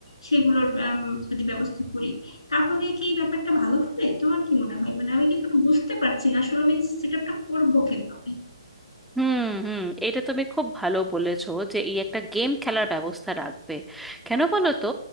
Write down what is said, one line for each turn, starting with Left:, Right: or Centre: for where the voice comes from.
Left: সেগুলোর আম, যদি ব্যবস্থা করি তাহলে কি ব্যাপারটা ভালো হবে? তোমার কি মনে হয়? মানে আমি কিন্তু বুঝতে পারছি না আসলে আমি সেট আপটা করবো কিভাবে?
Centre: হুম হুম এটা তুমি খুব ভালো বলেছো যে এই একটা গেম খেলার ব্যবস্থা রাখবে কেন বলো তো